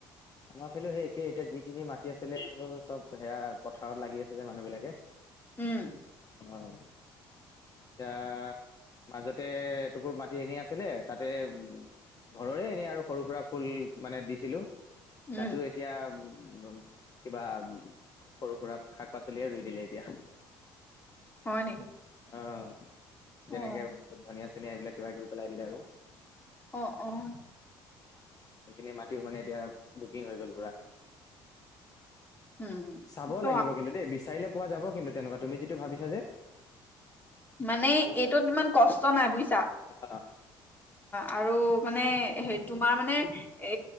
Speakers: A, on the left; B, on the left.
A: আমাৰ ফালেও সেই একে এতিয়া যিখিনি মাটি আছিলে, চব সেয়া পথাৰত লাগি আছে যে মানুহ বিলাকে।
B: উম'।
A: অ'। এতিয়া মাজতে এটুকোৰ মাটি এনে আছিলে তাতে উম' ঘৰৰে এনেই আৰু সৰু-সুৰা ফুল মানে দিছিলো
B: উম
A: তাতো এতিয়া উ কিবা সৰু-সুৰা, শাক-পাচলিয়ে ৰুই দিলে এতিয়া
B: হয় নেকি?
A: অ'
B: অ
A: যেনেকে ধনিয়া-চনিয়া এইবিলাক কিবা কিবি পেলাই দিলে আৰু
B: অ', -অ'।
A: সেইখিনি মাতিও মানে এতিয়া বুকিং হৈ গ'ল পুৰা।
B: উম
A: চাব
B: ত
A: লাগিব কিন্তু দেই বিচাৰিলে পোৱা যাব কিন্তু তেনেকুৱা তুমি যিটো ভাবিছা যে
B: মানে
A: বুজিছা
B: এইটোত ইমান কষ্ট নাই বুইছা?
A: অ
B: অ'আৰু মানে হে তোমাৰ মানে এ